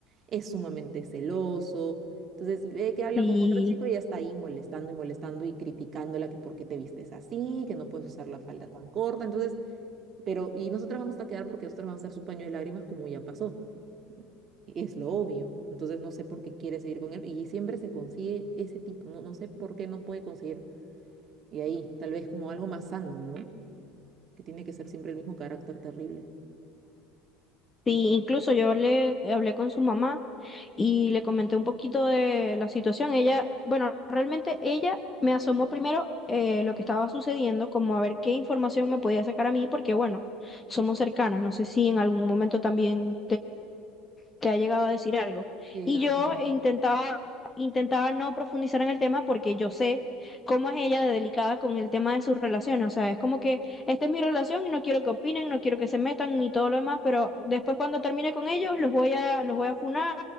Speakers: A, on the right; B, on the left.
A: es sumamente celoso. Entonces ve que habla
B: Y
A: con otro chico y ya está ahí molestando y molestando y criticándola que por qué te vistes así, que no puedes usar la falda tan corta. Entonces pero, y nosotros vamos a quedar porque nosotros vamos a ser su paño de lágrimas como ya pasó. Es lo obvio. Entonces no sé por qué quiere seguir con él. Y siempre se consigue ese tipo. No, no sé por qué no puede conseguir. Y ahí, tal vez como algo más sano, ¿no? Que tiene que ser siempre el mismo carácter terrible.
B: Sí,
A: de
B: incluso yo hablé, hablé con su mamá y
A: Ujú.
B: le comenté un poquito de la situación. Ella, bueno, realmente ella me asomó primero eh, lo que estaba sucediendo, como a ver qué información me podía sacar a mí, porque bueno, somos cercanas. No sé si en algún momento también te ha llegado a decir algo.
A: Sí,
B: Y
A: nada
B: yo
A: más.
B: intentaba, intentaba no profundizar en el tema porque yo sé cómo es ella de delicada con el tema de sus relaciones. O sea, es como que esta es mi relación y no quiero que opinen, no quiero que se metan ni todo lo demás, pero después cuando termine con ellos los voy a, los voy a funar,